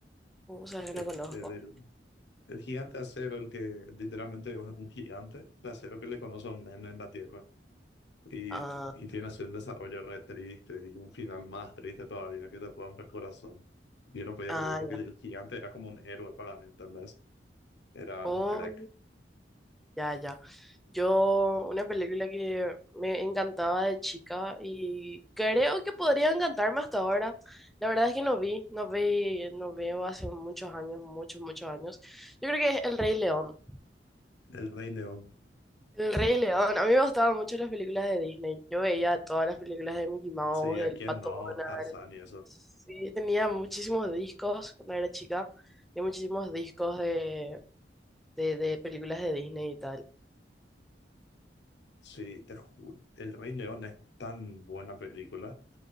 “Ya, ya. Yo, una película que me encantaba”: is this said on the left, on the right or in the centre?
Centre